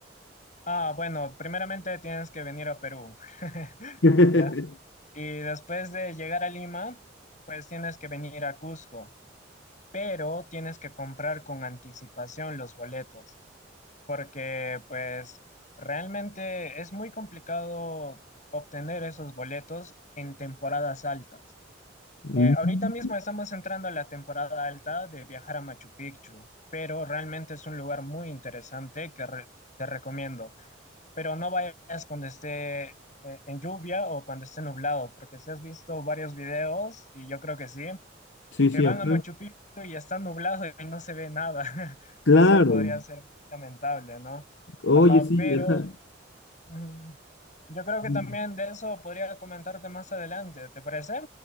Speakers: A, on the left; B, on the left.
A: Ah, bueno, primeramente tienes que venir a Perú, <laughs>
B: <laughs>
A: ¿ya? Y después de llegar a Lima, pues tienes que venir a Cusco. pero tienes que comprar con anticipación los boletos, porque pues realmente es muy complicado obtener esos boletos en temporadas altas.
B: Mm,
A: Eh, ahorita mismo estamos entrando a la temporada alta de viajar a Machu Picchu, pero realmente es un lugar muy interesante que re- te recomiendo. Pero no vayas cuando esté eh, en lluvia o cuando esté nublado, porque si has visto varios videos, y yo creo que sí,
B: Sí,
A: que
B: sí,
A: van
B: ajá.
A: a Machu Picchu y está nublado y no se ve nada. <laughs>
B: Claro.
A: Y eso podría ser muy lamentable, ¿no?
B: Oye,
A: Ajá,
B: sí,
A: pero
B: ajá.
A: mm, yo creo que
B: Mm,
A: también de eso podría comentarte más adelante, ¿te parece?